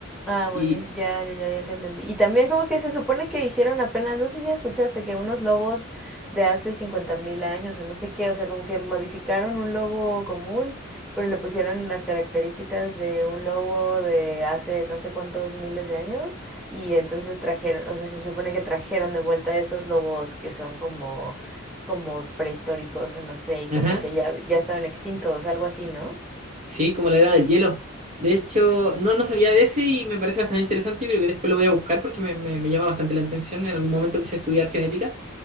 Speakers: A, in the centre; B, on the right.
A: Ah, bueno,
B: Y,
A: y- ya, ya, ya, ya te entendí. Y también como que se supone que hicieron apenas, no sé si escuchaste, que unos lobos de hace cincuenta mil años o no sé qué, o sea, como que modificaron un lobo común, pero le pusieron las características de un lobo de hace no sé cuántos miles de años y entonces trajeron, o sea, se supone que trajeron de vuelta estos lobos que son como, como prehistóricos o no sé, y
B: ajá.
A: como que ya, ya estaban extintos, algo así, ¿no?
B: Sí, como la edad del hielo. De hecho, no, no sabía de ese y me parece bastante interesante. Yo creo que después lo voy a buscar porque me, me- me llama bastante la atención. En algún momento quise estudiar genética.